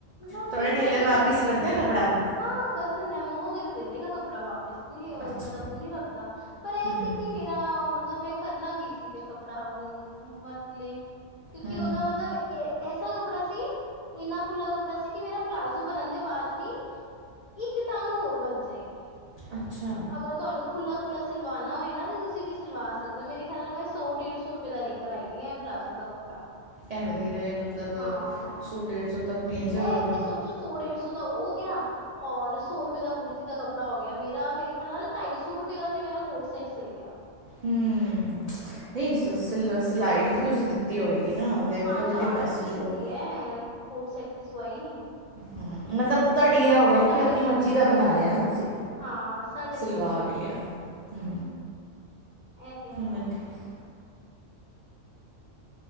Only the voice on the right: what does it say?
ਤੁਹਾਡਾ
ਟੇਲਰ
ਵਾਪਿਸ
ਕਰਦਾ ਏ ਕੱਪੜਾ?
ਅੱਛਾ
ਹੂੰ
ਹੂੰ
ਅੱਛਾ।
ਇਹ ਵਧੀਆ ਹੈ ਮਤਲਬ
ਸੌ ਡੇਢ ਸੌ ਤੱਕ ਮਿਲ ਜਾਵ
ਔਰ
ਹੂੰ ਨਈ ਸ ਸ ਸਿਲਾਈ ਵੀ ਤੇ
ਤੁਸੀਂ ਦਿੱਤੀ ਹੋਵੇਗੀ ਨਾ ਉਹਦੇ
ਉਹਦੇ
ਵੀ ਪੈਸੇ
ਜੋੜੋ
ਹੂੰ ਮਤਲਬ ਤੁਹਾਡੀ ਇਹ ਹੋ ਗਿਆ
ਕਿ ਆਪਣੀ
ਮਰਜ਼ੀ
ਦਾ
ਬਣਾ
ਲਿਆ ਨਾ ਤੁਸੀਂ
ਸਲਵਾ
ਵੀ ਲਿਆ। ਹੂੰ
ਵਧੀਆ